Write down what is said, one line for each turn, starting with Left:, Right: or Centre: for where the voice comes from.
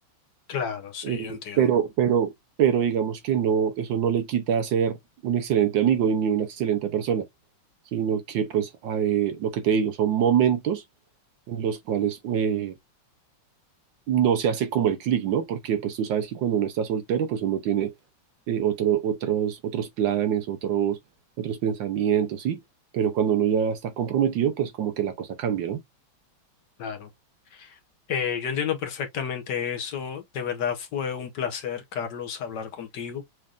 Left: Claro, sí,
Right: Eh,
Left: yo entiendo.
Right: pero, pero, pero digamos que no, eso no le quita ser un excelente amigo y ni una excelente persona, sino que pues hay- lo que te digo, son momentos en los cuales eh, no se hace como el clic, ¿no? Porque pues tú sabes que cuando uno está soltero, pues uno tiene eh, otro- otros, otros planes, otros, otros pensamientos, ¿sí? Pero cuando uno ya está comprometido, pues como que la cosa cambia, ¿no?
Left: Claro. Eh, yo entiendo perfectamente eso. De verdad fue un placer, Carlos, hablar contigo.